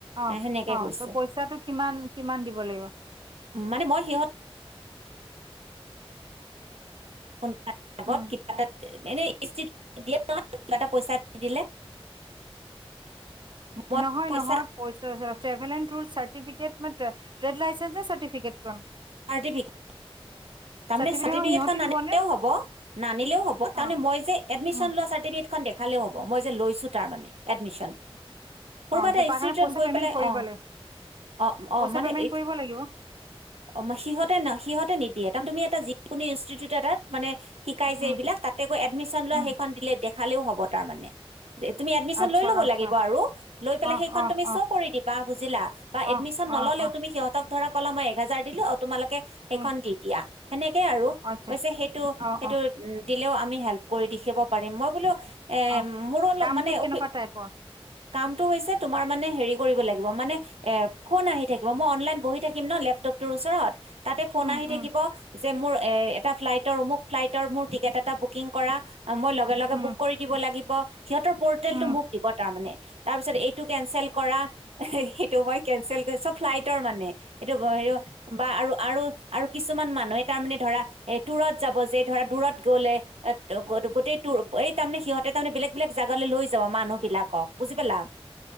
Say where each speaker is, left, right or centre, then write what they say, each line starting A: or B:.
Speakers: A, on the right; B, on the right.
A: অ
B: এ, সেনেকে
A: অ
B: কৈছে
A: ত পইচাটো কিমান কিমান দিব লাগিব?
B: মানে মই সিহঁত। কোনবা লগত
A: উম
B: কিবা এটা। এনেই দিয়ে ন তাতে পইচা দিলে। মই
A: নহয়
B: পইচা
A: নহয় পইচা ট্ৰেভেল এন তোৰ চাৰ্টিফিকেট বাট। টৰেড লাইচেন নে চাৰটিফিকেটখন।
B: আৰ্টিফিক। তাৰমানে
A: চাৰ্টিফিকেট
B: চাৰটিফিকেটখন
A: সিহঁতি
B: নানিলেও
A: দিবনে
B: হ'ব নানিলেও হ'ব
A: অ
B: তাৰে মই যে এডমিশন
A: উম
B: লোৱা চাৰ্টিফিকে। দেখালেও হ'ব মই যে লৈছো তাৰ মানে এডমিশন। ক'বা
A: অ
B: এটা
A: তাৰ
B: ইষ্টিউটত
A: কাৰণে পইচা
B: গৈ
A: পেমেন্ট
B: পেলাই
A: কৰিব
B: অ
A: লাগিব
B: অ
A: পইচা
B: অ মানে
A: পেমেন্ট
B: এ।
A: কৰিব লাগিব
B: অ সিহঁতে ন সিহঁতে নিদিয়ে তাৰ তুমি এটা যিকোনো ইনষ্টিটিউট এটা মানে। শিকাইছে
A: উম
B: এইবিলাক তাতেকৈ এডমিশন লোৱা
A: উম
B: সেইখন দিলে দেখালেও হ'ব তাৰ মানে। তুমি এডমিশন
A: আচ্ছা
B: লৈ ল'ব
A: আচ্ছা
B: লাগিব আৰু লৈ পেলাই
A: অ
B: সেইখন
A: অ
B: তুমি
A: অ
B: শ্ব' কৰি দিবা বুজিলা বা
A: অ
B: এডমিশন। নললেও
A: অ অ
B: তুমি সিহঁতক ধৰা কলা মই এক হেজাৰ দিলো আৰু তোমালোকে সেইখন
A: উম
B: দি দিয়া। সেনেকেই আৰু
A: আচ্ছা
B: কৈছে, সেইটো
A: অ
B: সেইটো
A: অ
B: দিলেও আমি হেল্প কৰি দেখিব পাৰিম মই বোলো। এ
A: অ
B: মোৰল
A: কামটো
B: মানে
A: কেনেকুৱা
B: অফি।
A: টাইপৰ
B: কামটো হৈছে তোমাৰ মানে হেৰি কৰিব লাগিব মানে এ ফোন আহি থাকিব মই অনলাইন বহি থাকিম ন লেপ। তোৰ ওচৰত তাতে আহ
A: উম উম
B: থাকি। যে মোৰ এ এটা ফ্লাইটৰ অমুক ফ্লাইটৰ মোৰ টিকেট এটা বুকিং কৰা। মই লগে লগে
A: উম
B: বুক কৰি দিব লাগিব। সিহঁতৰ পৰ্টেলটো
A: উম
B: মোক দিব তাৰমানে, তাৰপিছত এইটো কেনচেল কৰা সেইটো মই কেনচেল কৰিছোঁ ফ্লাইটৰ মানে এইটো হ বা আৰু আৰু কিছুমান মানুহে তাৰ মানে ধৰা এ দূৰত যাব যে ধৰা দূৰত গ'লে এ ত গোটেই ত এই তাৰমানে সিহঁতে তাৰমানে বেলেগ বেলেগ জোগালৈ লৈ যাব মানুহ বিলাকক বুজি পালা